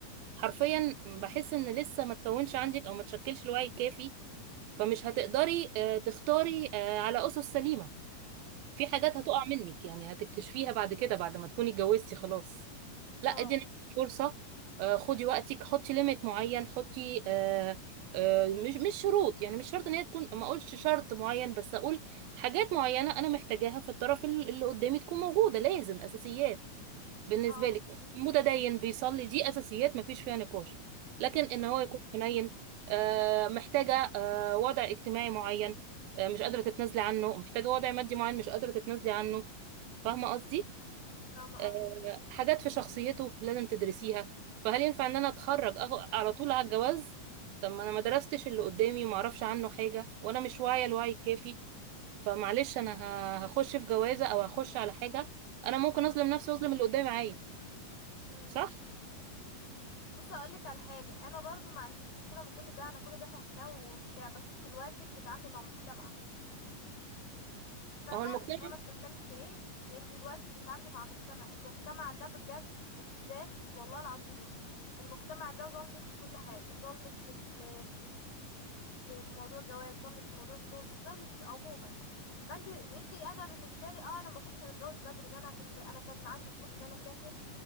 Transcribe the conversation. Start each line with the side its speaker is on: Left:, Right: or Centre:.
Right: حرفيا بحس ان لسه ما تكونش عندك او ما تشكلش الوعي الكافي فمش هتقدري آه، تختاري آه، على أسس سليمة في حاجات
Left: امم
Right: هتقع منك يعني هتكتشفيها بعد كده بعد ما تكوني اتجوزتي خلاص لا
Left: اه
Right: ادي نفسك فرصة آه، خدي وقتك حطي ليميت معين حطي آه، آه، مش مش شروط يعني مش شرط ان هي تكون ما اقولش شرط معين بس اقول حاجات معينة انا محتاجاها في الطرف اللي اللي قدامي تكون موجودة لازم اساسيات بالنسبه
Left: اه
Right: لك متدين بيصلي دي اساسيات مفيش فيها نقاش لكن ان
Left: امم
Right: هو يكون حنين آه، محتاجه آه، وضع اجتماعي معين آه، مش قادره تتنازلي عنه محتاجه وضع مادي معين مش قادره تتنازلي عنه فاهمه
Left: امم
Right: قصدي
Left: فاهمه
Right: آه،
Left: قصدك
Right: حاجات في شخصيته لازم تدرسيها فهل ينفع ان انا اتخرج أغ... على طول على الجواز طب ما انا ما درستش اللي قدامي وما اعرفش عنه حاجه وانا مش واعيه الوعي الكافي فمعلش انا ه- هخش في جوازه او هخش على حاجه انا ممكن اظلم نفسي واظلم اللي قدامي معايا
Left: امم
Right: صح
Left: بص هقول لك على حاجه انا برضو ما عنديش مشكله من كل ده انا كل ده فاهماه وبتاع بس انت دلوقتي بتتعاملي مع مجتمع انت فاهمه
Right: ما هو المجتمع
Left: انت فاهمه انا بتكلم في ايه يعني انت دلوقتي بتتعاملي مع مجتمع المجتمع ده بجد بالذات والله العظيم المجتمع ده ظلمك في كل حاجه ظلمك في ال في في موضوع الجواز ظلمك في موضوع الشغل في ظلمك في عموما فانت انت انا بالنسبه لي اه انا ما كنتش هتجوز بدري ان انا كنت انا كان عندي طموح ان انا اسافر